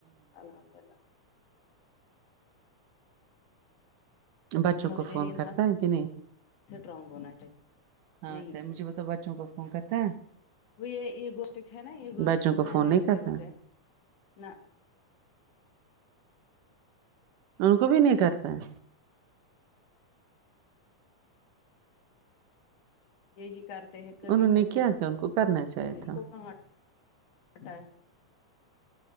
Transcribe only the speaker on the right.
بچوں
کو فون
کرتا ہے کہ نہیں
ہاں
مجھے بتاؤ بچوں کو فون کرتا ہے
بچوں کو
فون
نہیں کرتا
ان کو بھی نہیں کرتا ہے
انہوں
نے کیا کیا ان کو کرنا چاہیے
تھا